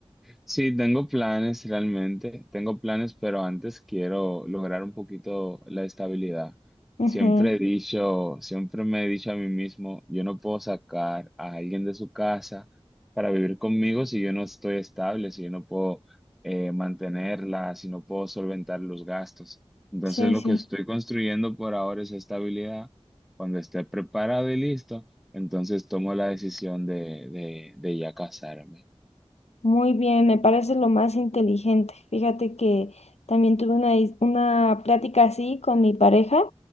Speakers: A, in the centre; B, on the left.
A: Sí, tengo planes realmente, tengo planes, pero antes quiero lograr un poquito la estabilidad.
B: Ujú,
A: Siempre he dicho, siempre me he dicho a mí mismo, yo no puedo sacar a alguien de su casa para vivir conmigo si yo no estoy estable, si yo no puedo eh, mantenerla, si no puedo solventar los gastos. Entonces
B: Sí,
A: lo
B: sí,
A: que estoy construyendo por ahora es estabilidad. Cuando esté preparado y listo, entonces tomo la decisión de, de, de ya casarme.
B: muy bien, me parece lo más inteligente. Fíjate que también tuve una, dis- una plática así con mi pareja